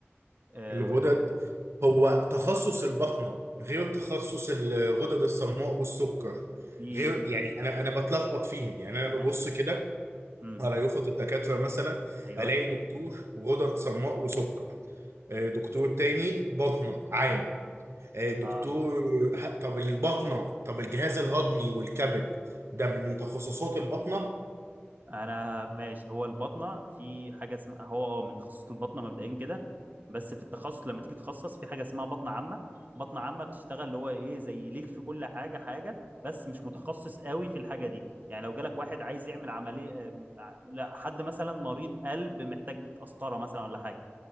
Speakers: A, on the right; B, on the right.
A: آه،
B: الغدد هو تخصص البطنة غير تخصص الغدد الصماء والسكر
A: في
B: غير يعني انا انا بتلخبط فيهم يعني
A: ما
B: انا
A: انا
B: ببص كده
A: امم
B: على يافطة الدكاترة مثلا
A: ايوه
B: الاقي دكتور غدد صماء وسكر آه، دكتور تاني بطنة عام آه، دكتور
A: اه
B: ه- طب البطنة طب الجهاز الهضمي والكبد ده من تخصصات البطنة
A: انا ماشي هو البطنه في حاجه اسمها هو اه من تخصص البطنه مبدئيا كده بس في التخصص لما تيجي تتخصص في حاجه اسمها بطنه عامه بطنه عامه بتشتغل اللي هو ايه زي ليك في كل حاجه حاجه بس مش متخصص قوي في الحاجه دي يعني لو جالك واحد عايز يعمل عمليه آم، ع- لا حد مثلا مريض قلب محتاج قسطره مثلا ولا حاجه